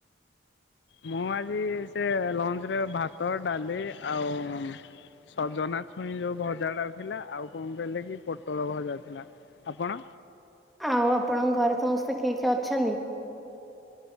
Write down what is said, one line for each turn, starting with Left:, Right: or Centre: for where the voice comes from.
Left: ମୁଁ ଆଜି ସେ ଲଞ୍ଚ ରେ ଭାତ, ଡାଲି ଆଉ ସଜନା ଛୁଇଁ ଯୋଉ ଭଜାଟା ଥିଲା ଆଉ କଣ କହିଲେ କି ପୋଟଳ ଭଜା ଥିଲା। ଆପଣ
Centre: ଆଉ ଆପଣଙ୍କ ଘରେ ସମସ୍ତେ କିଏ କିଏ ଅଛନ୍ତି?